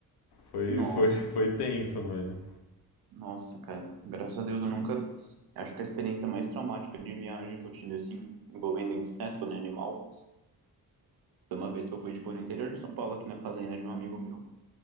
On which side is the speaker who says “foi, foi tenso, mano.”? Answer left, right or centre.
Left